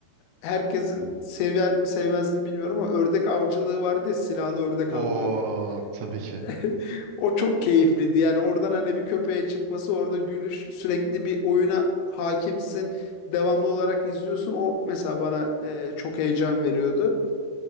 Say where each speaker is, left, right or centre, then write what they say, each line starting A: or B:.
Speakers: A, on the left (about 85°); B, on the right (about 80°).
A: herkesin sever mi sevmezini bilmiyorum ama ördek avcılığı vardı ya silahlı ördek
B: O
A: avlıyordu.
B: tabii ki.
A: <laughs> O çok keyifliydi. Yani oradan hani bir köpeğe çıkması, orada gülüş, sürekli bir oyuna hakimsin. Devamlı olarak izliyorsun. O mesela bana e, çok heyecan veriyordu.